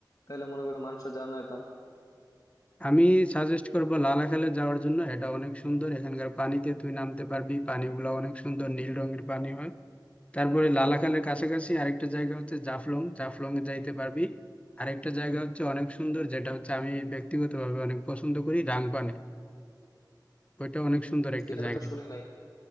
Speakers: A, on the left; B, on the left.
A: তাইলে মনে কর মানুষরা জানাইতাম
B: আমি সাজেস্ট করব লালাখালে যাওয়ার জন্য এটা অনেক সুন্দর এখানকার পানিতে তুই নামতে পারবি পানিগুলো অনেক সুন্দর নীল রঙের পানি হয় তারপরে লালাখালের কাছাকাছি আরেকটা জায়গা হচ্ছে জাফলং জাফলং এ যাইতে পারবি আরেকটা জায়গা হচ্ছে অনেক সুন্দর যেটা হচ্ছে আমি ব্যক্তিগতভাবে অনেক পছন্দ করি রাংপানে ওইটা অনেক সুন্দর একটা
A: এটা
B: জায়গা
A: তো শুনি নাই